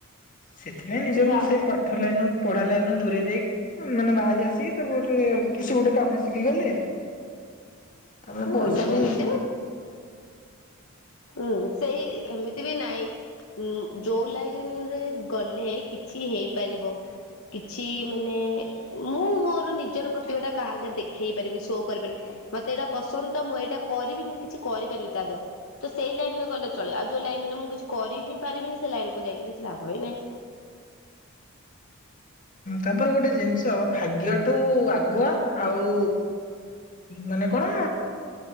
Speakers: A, on the left; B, on the left.
A: ସେଥିପାଇଁ ନିଜକୁ
B: କିନ୍ତୁ ଆଉ
A: ସେ ପାଠ ଲାଇନ୍‌ ପଢ଼ା ଲାଇନ୍ ରୁ ଦୂରେଇ ମାନେ ବାହାରି ଆସିକି, କିସି--------ଗୁଟେ କାମ ଶିଖିଗଲି। ତା'ପରେ
B: ହୁଁ
A: ପଇସା ବି
B: ଏମିତି ହୁଁ, ସେଇ ଏମିତି ବି ନାଇ। ଯଉ ଲାଇନ୍‌ ରେ ଗଲେ କିଛି ହେଇପାରିବ। କିଛି ମାନେ ମୁଁ ମୋର ନିଜର ପ୍ରତିଭା ଟା କାହା ଦେଖେଇ ପାରିବି, ସୋ କରିପାରିବି। ମତେ ଏଟା ପସନ୍ଦ୍ ତ ମୁଁ ଏଟା କରିବି, ମୁଁ କିଛି କରିପାରିବି ତା ତ ସେଇ ଲାଇନ୍‌ ରେ ଗଲେ ଚଳିବ, ଆଉ ଯଉ ଲାଇନ୍‌ ରେ ମୁଁ କିଛି କରି ହିଁ ପାରିବିନି, ସେ ଲାଇନକୁୁ ଜାଇକି କିଛି ଲାଭ ହିଁ ନାହିଁ।
A: ତା'ପରେ ଗୋଟେ ଜିନ୍‌ଷ ଭାଗ୍ୟଠୁ ଆଗୁଆ ଆଉ ମାନେ କ'ଣ,